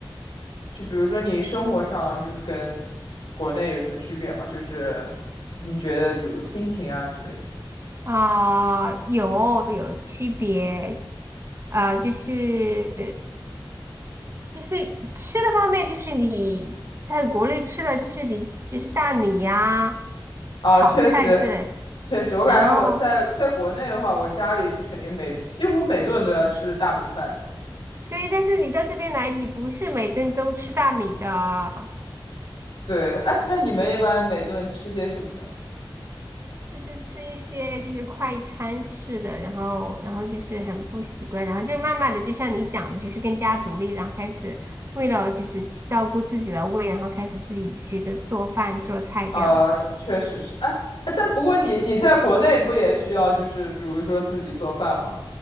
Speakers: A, on the left; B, on the right.
A: 就比如说你生活上就是跟国内有什么区别吗？就是你觉得比如心情啊之类的
B: 啊、有有区别，啊、就是就是吃的方面，就是你在国内吃的，就是比就是大米呀、
A: 啊，
B: 炒菜之类。
A: 确实。确实，我感觉我在在国内的话，
B: 然后
A: 我家里是肯定每几乎每顿都要吃大米饭。这。
B: 对，但是你到这边来，你不是每顿都吃大米的，
A: 对，哎，那你们一般每顿吃些什么呢？
B: 就是吃一些就是快餐式的，然后然后就是很不习惯，然后就慢慢的就像你讲的，就是更加独立，然后开始为了就是照顾自己的胃，然后开始自己学着做饭做菜这样子。
A: 啊、确实是，哎，哎但不过你你在国内不也需要就是比如说自己做饭吗？